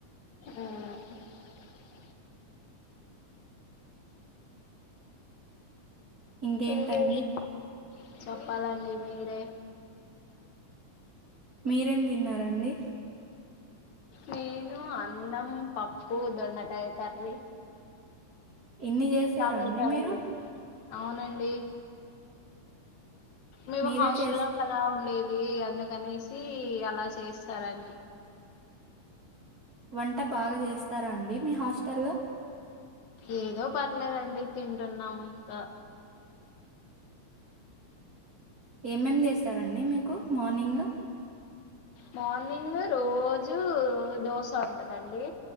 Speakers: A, on the left; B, on the right.
A: మ్
B: ఇంకేంటండి
A: ఇంకేవి చెప్పాలండి మీరే
B: మీరేం తిన్నారండి
A: నేను అన్నం పప్పు దొండకాయ కర్రీ
B: ఇన్ని చేసారా
A: టమాటా
B: అండి మీరు
A: రైస్ అవునండి మేము
B: మీరే
A: హాస్టల్లో
B: చేస్
A: కదా ఉండేది అందుకనేసి అలా చేస్తారన్ని
B: వంట బాగా చేస్తారా అండి మీ హాస్టల్లో
A: ఏదో పర్లేదండి తింటున్నాము ఇంకా
B: ఏమేం చేస్తారండి మీకు మార్నింగ్
A: మార్నింగ్ రోజు దోశ ఉంటదండి